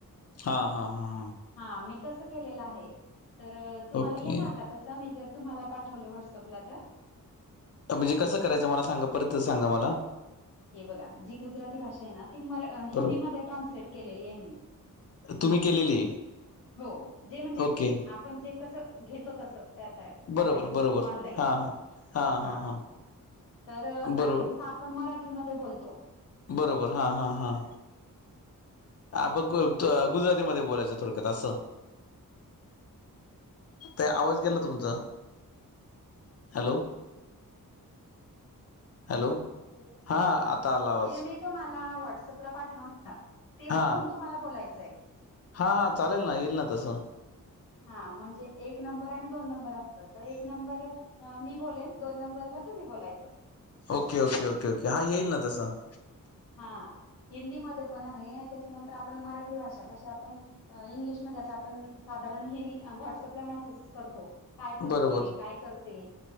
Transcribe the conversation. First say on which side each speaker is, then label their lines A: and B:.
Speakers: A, on the left; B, on the left.
A: हा हा हा हा.
B: हा मी तसं केलेलं आहे. तर तुम्हाला
A: ओके
B: येणार का तसं मी जर तुम्हाला पाठवलं व्हॉट्सअपला तर
A: तर म्हणजे कसं करायचं मला सांगा परत सांगा मला.
B: हे बघा जी गुजराती भाषा आहे ना ती म
A: बरोबर
B: हिंदीमध्ये ट्रान्सलेट केलेली आहे मी
A: तुम्ही केलेली आहे.
B: हो जे म्हणजे
A: ओके
B: आपण जे कस घेतो तस त्या टाईप त्या
A: बरोबर
B: टाईप
A: बरोबर
B: ऑन लाइन
A: हा हा
B: हां
A: हा हा हा
B: तर आता
A: बरोबर
B: जस आप पण मराठीमध्ये बोलतो
A: बरोबर हां हां हां. अह ब क त अह गुजरातीमध्ये बोलायचं थोडक्यात असं. ताई आवाज गेला तुमचा. हॅलो! हॅलो हा आता आला आवाज.
B: जे मी तुम्हाला व्हाट्सअप ला पाठवणार ते
A: हा
B: बघून तुम्हाला बोलायचंय
A: हा हा चालेल ना येईल ना तसं.
B: हा म्हणजे एक नंबर आणि दोन नंबर असत तर एक नंबर मी बोलेल दोन नंबरला तुम्ही बोलायचं.
A: ओके ओके ओके ओके हा येईल ना तसं.
B: हा हिंदीमध्ये पण हे त्याच्यानंतर आपण मराठी भाषा कशी आपण इंग्लिशमध्ये आता आपण साधारण हे व्हॉट्सअपला मेसेज करतो, काय करतोय
A: बरोबर
B: काय करते,